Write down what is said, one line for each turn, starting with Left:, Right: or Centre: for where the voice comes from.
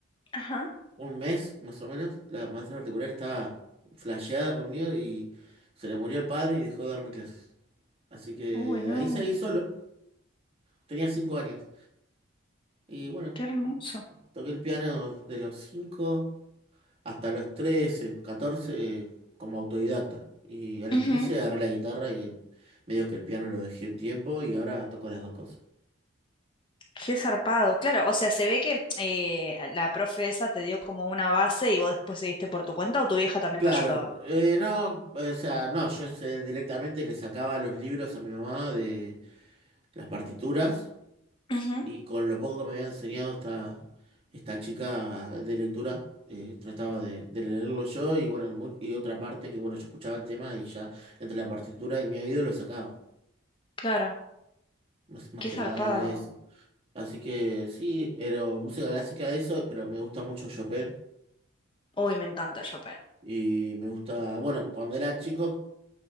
Left: Ajá.
Right: un mes más o menos. La maestra particular estaba flasheada conmigo y se le murió el padre y dejó de darme clases. Así que
Left: Uy, no,
Right: ahí seguí solo. Tenía cinco años. Y bueno,
Left: qué hermoso.
Right: toqué el piano de los 5 hasta los 13, 14 eh, como autodidacta. Y a los
Left: Ujú.
Right: 15 agarré la guitarra y medio que el piano lo dejé un tiempo y ahora toco las dos cosas.
Left: Qué zarpado. Claro, o sea, se ve que eh, la profe esa te dio como una base y vos después seguiste por tu cuenta o tu vieja también
Right: Claro,
Left: te ayudaba.
Right: eh, no, o sea, no, yo sé, directamente le sacaba los libros a mi mamá de las partituras
Left: Ujú,
Right: Y con lo poco que me había enseñado esta, esta chica de lectura, eh, trataba de, de leerlo yo y bueno, mu- y otra parte que bueno, yo escuchaba el tema y ya entre la partitura y mi oído lo sacaba.
Left: Claro,
Right: Más, más
Left: qué
Right: que
Left: zarpado.
Right: nada era eso. Así que sí, pero música clásica eso, pero me gusta mucho Chopin
Left: Uy, me encanta Chopin.
Right: y me gusta, bueno, cuando era chico